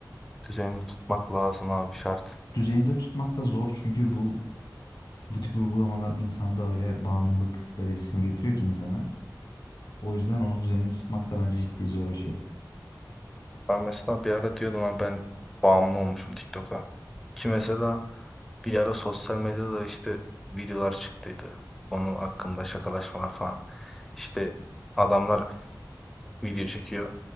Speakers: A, in the centre; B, on the left.
A: düzenini tutmak lazım abi şart.
B: Düzeninde tutmak da zor çünkü bu Bu tip uygulamalar insanda öyle bağımlılık derecesine getiriyor ki insanı. O yüzden onu düzenli tutmak da bence ciddi zor bir şey.
A: Ben mesela bir ara diyordum abi ben bağımlı olmuşum TikTok'a. Ki mesela bir ara sosyal medyada işte videolar çıktıydı. Onun hakkında şakalaşmalar falan. İşte adamlar video çekiyor.